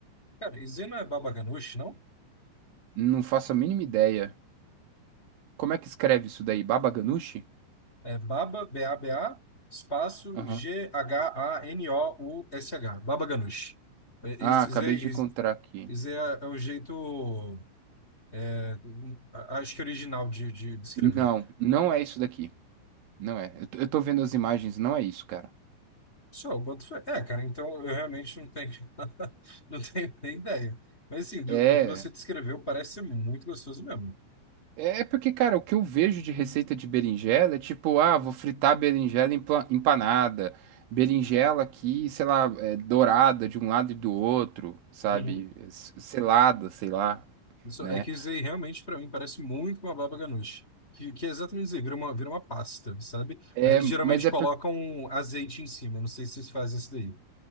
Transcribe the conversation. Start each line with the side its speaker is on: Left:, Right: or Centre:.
Left: Cara, isso aí não é baba ganoush, não?
Right: Não faço a mínima ideia. Como é que escreve isso daí? Baba ganoush?
Left: É baba, B-A-B-A, espaço
Right: Aham.
Left: G-H-A-N-O-U-S-H. Baba ganoush. É,
Right: Ah,
Left: Isso
Right: acabei
Left: isso aí
Right: de
Left: isso-
Right: encontrar aqui.
Left: isso aí é, é o jeito, é, acho que original de, de, de escrever.
Right: Não, não é isso daqui. Não é. Eu, tô- eu tô vendo as imagens, não é isso, cara.
Left: Só, eu boto fé. É, cara, então eu realmente não tenho, <laughs> não tenho nem ideia. Mas assim, do,
Right: É.
Left: do que você descreveu, parece ser muito gostoso mesmo.
Right: É é porque, cara, o que eu vejo de receita de berinjela é tipo, ah, vou fritar berinjela empa- empanada, berinjela aqui, sei lá, é, dourada de um lado e do outro, sabe?
Left: Uhum.
Right: S- Selada, sei lá,
Left: Isso,
Right: né?
Left: é que isso aí realmente para mim parece muito uma baba ganoush. Que, que é exatamente dizer, vira uma, vira uma pasta, sabe?
Right: É,
Left: Aí eles
Right: mas
Left: geralmente
Right: é
Left: colocam
Right: porque.
Left: azeite em cima. Não sei se vocês fazem isso daí.